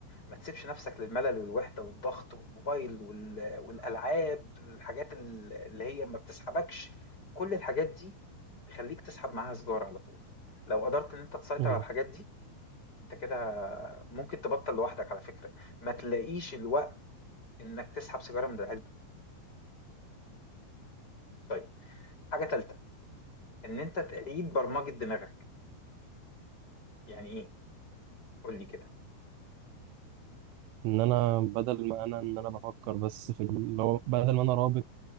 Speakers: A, on the left; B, on the right.
A: ما تسيبش نفسك للملل والوحدة والضغط والموبايل وال- والألعاب الحاجات ال- اللي هي ما بتسحبكش كل الحاجات دي تخليك تسحب معاها سجارة على طول لو قدرت ان انت تسيطر
B: مم.
A: على الحاجات دي انت كده ممكن تبطل لوحدك على فكرة ما تلاقيش الوقت انك تسحب سيجارة من العلبة طيب حاجة تالتة ان انت تعيد برمجة دماغك يعني ايه قول لي كده
B: ان انا بدل ما انا ان انا بفكر بس في ال- اللي هو بدل ما انا رابط